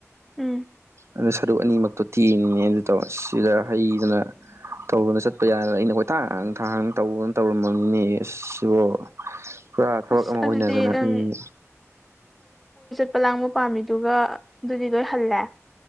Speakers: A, in the centre; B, on the right (about 60°).
A: ꯎꯝ
B: ꯑꯗꯨꯗ ꯁꯔꯨꯛ ꯑꯅꯤꯃꯛꯇꯣ ꯊꯤꯅꯤꯡꯉꯦꯅ ꯑꯗꯨ ꯇꯧ ꯁꯤꯗ ꯍꯩꯗꯅ ꯇꯧꯕꯅ ꯆꯠꯄ ꯌꯥꯔ ꯑꯩꯅ ꯀꯣꯏꯊꯥꯡꯥꯡ ꯊꯥꯡꯥꯡ ꯇꯧꯕꯅ ꯇꯧꯔꯝꯃꯅꯤꯅꯦ ꯁꯤꯕꯨꯣ ꯄꯨꯔꯥ ꯊꯕꯛ
A: ꯑꯁ
B: ꯑꯃ ꯑꯣꯏꯅꯗꯅ
A: ꯑꯗꯨꯗꯤ ꯅꯪ
B: ꯑꯩ
A: ꯄ ꯂꯥꯡꯕ ꯄꯥꯝꯃꯤꯗꯨꯒ ꯑꯗꯨꯗꯤ ꯂꯣꯏ ꯍꯜꯂꯦ